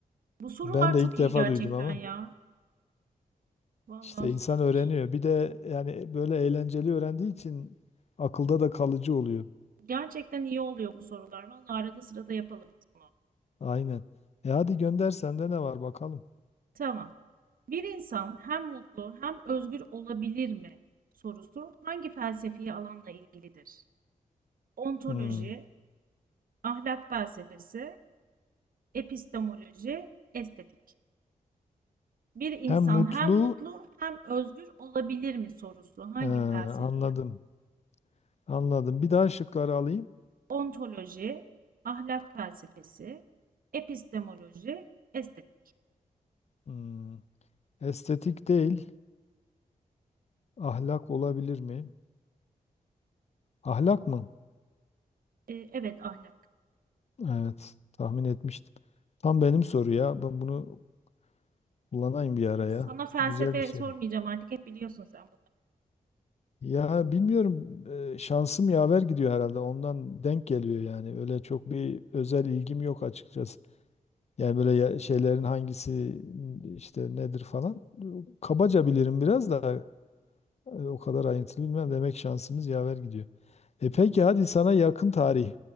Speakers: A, on the right; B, on the left.
A: bu sorular
B: Ben de
A: çok
B: ilk
A: iyi
B: defa
A: gerçekten
B: duydum ama.
A: ya. Valla
B: İşte
A: süper.
B: insan öğreniyor. Bir de yani böyle eğlenceli öğrendiği için akılda da kalıcı oluyor.
A: Gerçekten iyi oluyor bu sorular. Vallahi arada sırada yapalım biz bunu.
B: Aynen. E hadi gönder sende ne var bakalım.
A: Tamam. Bir insan hem mutlu hem özgür olabilir mi sorusu hangi felsefi alanla ilgilidir? Ontoloji,
B: Hmm.
A: ahlak felsefesi, epistemoloji, estetik. Bir insan
B: Hem mutlu,
A: hem mutlu hem özgür olabilir mi sorusu hangi
B: He, anladım.
A: felsefi?
B: Anladım. Bir daha şıkları alayım.
A: Ontoloji, ahlak felsefesi, epistemoloji, estetik.
B: Hmm. Estetik değil, ahlak olabilir mi? Ahlak mı?
A: Ee, evet ahlak.
B: Evet, tahmin etmiştim. Tam benim soru ya. Ben bunu kullanayım bir araya.
A: Sana felsefe
B: Güzel bir soru.
A: sormayacağım artık hep biliyorsun sen
B: Ya bilmiyorum, e, şansım yaver gidiyor herhalde. Ondan denk geliyor yani. Öyle çok bir özel ilgim yok açıkçası. Yani böyle ya- şeylerin hangisi işte nedir falan. Kabaca bilirim biraz da e, o kadar ayrıntılı bilmem. Demek şansımız yaver gidiyor. E peki hadi sana yakın tarih.